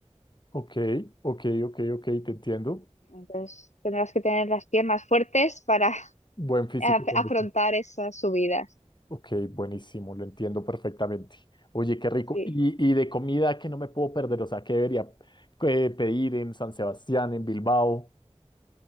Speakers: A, on the left; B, on the left.
A: Ok, ok, ok, ok, te entiendo.
B: Entonces tendrás que tener las piernas fuertes para
A: Buen
B: <laughs>
A: físico
B: af-
A: con
B: afrontar
A: eso.
B: esas subidas.
A: Ok, buenísimo, lo entiendo perfectamente. Oye, qué rico.
B: Sí.
A: Y, y de comida que no me puedo perder, o sea, ¿qué debería eh, pedir en San Sebastián, en Bilbao?